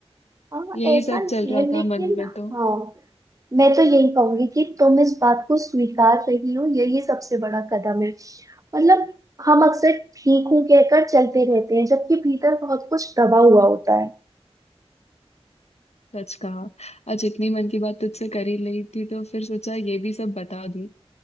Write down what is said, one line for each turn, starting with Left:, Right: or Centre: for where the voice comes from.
Right: हाँ
Left: यही
Right: ऐसा
Left: सब
Right: नहीं
Left: चल रहा
Right: है लेकिन
Left: था मन में तो
Right: हाँ मैं तो यही कहूंगी कि तुम इस बात को स्वीकार रही हो यही सबसे बड़ा कदम है मतलब हम अक्सर ठीक हूँ कहकर चलते रहते हैं जबकि भीतर बहुत कुछ दबा हुआ होता है
Left: सच कहा आज इतनी मन की बात तुझसे कर ही ली थी तो फिर सोचा ये भी सब बता दूं